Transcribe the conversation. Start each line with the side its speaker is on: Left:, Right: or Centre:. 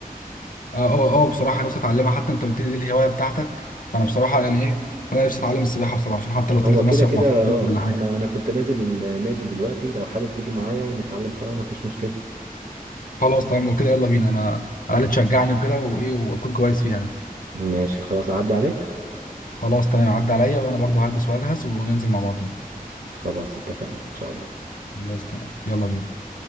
Left: اه اه اه بصراحه نفسي اتعلمها حتى انت قلت لي دي الهوايه بتاعتك فانا بصراحه يعني ايه فانا نفسي اتعلم السباحه بصراحه عشان حتى لو طلعت
Right: هو
Left: مصيف
Right: كده كده
Left: مع صحابي
Right: اه
Left: ولا حاجه
Right: انا انا كنت نازل النادي دلوقتي لو حابب تيجي معايا ونتعلم سوا مفيش مشكله
Left: خلاص تمام لو كده يلا بينا انا على الاقل تشجعني وكده وايه واكون كويس فيها يعني
Right: ماشي خلاص اعدي عليك
Left: خلاص تمام عدى عليا وانا برضو هلبس واجهز وننزل مع بعضين
Right: خلاص اتفقنا ان شاء الله
Left: خلاص تمام يلا بينا